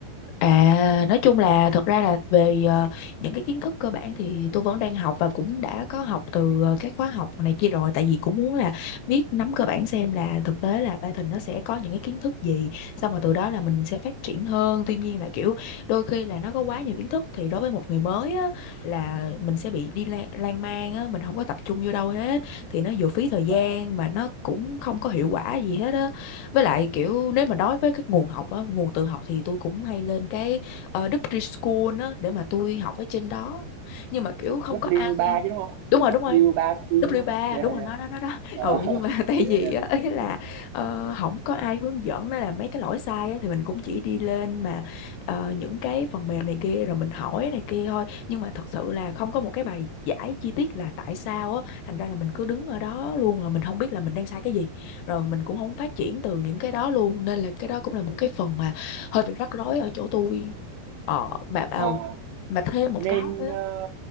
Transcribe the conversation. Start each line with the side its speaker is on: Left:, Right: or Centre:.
Left: À, nói chung là thật ra là về ờ, những cái kiến thức cơ bản thì tôi vẫn đang học và cũng đã có học từ ờ, các khóa học này kia rồi tại vì cũng muốn là biết nắm cơ bản xem là thực tế là Python nó sẽ có những cái kiến thức gì xong rồi từ đó là mình sẽ phát triển hơn tuy nhiên là kiểu đôi khi là nó có quá nhiều kiến thức thì đối với một người mới á, là mình sẽ bị đi la- lan man á, mình không có tập trung vô đâu hết thì nó vừa phí thời gian
Right: Ờ,
Left: mà nó cũng không có hiệu quả gì hết á với lại kiểu nếu mà nói với các nguồn học á nguồn tự học thì tôi cũng hay lên cái ờ, Đức Preschool á để mà tôi học ở trên đó nhưng mà kiểu không
Right: W3
Left: có ai
Right: chứ đúng không
Left: đúng rồi
Right: W3
Left: đúng rồi
Right: school
Left: W3
Right: luôn dạ
Left: đúng rồi
Right: dạ
Left: nó đó, đó đó
Right: Ờ,
Left: ừ
Right: <laughs>
Left: nhưng mà <laughs> tại
Right: dạ
Left: vì
Right: dạ
Left: á ý là ờ, không có ai hướng dẫn nên là mấy cái lỗi sai á, thì mình cũng chỉ đi lên mà ờ, những cái phần mềm này kia rồi mình hỏi này kia thôi nhưng mà thật sự là không có một cái bài giải chi tiết là tại sao á thành ra là mình cứ đứng ở đó luôn là mình không biết là mình đang sai cái gì rồi mình cũng không phát triển từ những cái đó luôn nên là cái đó cũng là một cái phần mà hơi bị rắc rối ở chỗ tôi ờ mà mà
Right: Ờ,
Left: mà thêm một
Right: nên
Left: cái nữa
Right: ờ,